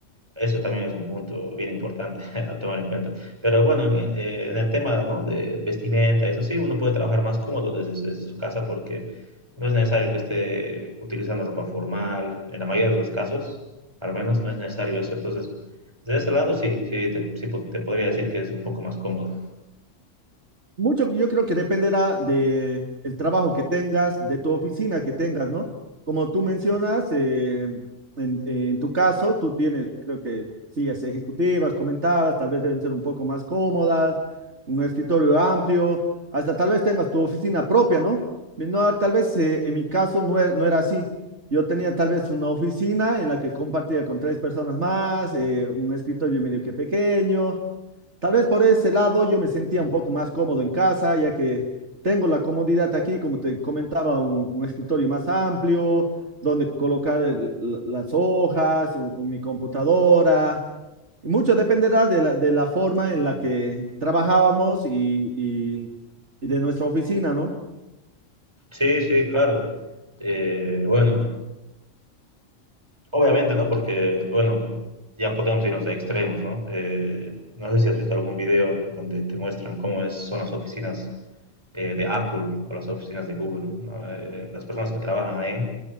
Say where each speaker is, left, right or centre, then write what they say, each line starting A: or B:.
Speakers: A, on the right; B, on the right.
A: Eso también es un punto bien importante <laughs> a tomar en cuenta. Pero bueno, eh, eh, en el tema, ¿no? de vestimenta, eso sí, uno puede trabajar más cómodo desde, desde su casa porque no es necesario que esté utilizando ropa formal. En la mayoría de los casos, al menos, no es necesario eso. Entonces, de ese lado sí, sí, te, sí po- te podría decir que es un poco más cómodo.
B: Mucho, yo creo que dependerá de el trabajo que tengas, de tu oficina que tengas, ¿no? Como tú mencionas, eh, en, en tu caso, tú tienes, creo que sillas ejecutivas, comentabas, tal vez deben ser un poco más cómodas, un escritorio amplio, hasta tal vez tengas tu oficina propia, ¿no? No, tal vez eh, en mi caso no era, no era así. Yo tenía tal vez una oficina en la que compartía con tres personas más, eh, un escritorio medio que pequeño Tal vez por ese lado yo me sentía un poco más cómodo en casa, ya que tengo la comodidad aquí, como te comentaba, un, un escritorio más amplio, donde colocar el- l- las hojas, u- u- mi computadora. Y mucho dependerá de la, de la forma en la que trabajábamos y, y- y de nuestra oficina, ¿no?
A: Sí, sí, claro. Eh, bueno, Obviamente, ¿no? Porque, bueno, ya podemos irnos a extremos, ¿no? Eh, no sé si has visto algún video donde te muestran cómo es- son las oficinas eh, de Apple o las oficinas de Google, ¿no? Eh, las personas que trabajan ahí